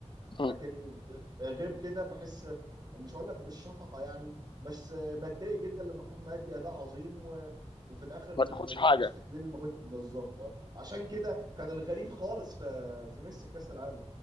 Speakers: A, on the left (about 45°); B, on the right (about 40°).
A: مم.
B: لكن غير كده بحس مش هقول لك بالشفقه يعني بس بتضايق جدا لما تكون مادي اداء عظيم و... وفي الاخر ما,
A: ما تاخدش
B: ما يتمش
A: حاجه
B: تكليل المجهود بالظبط آه. عشان كده كان الغريب خالص في في ميسي في كاس العالم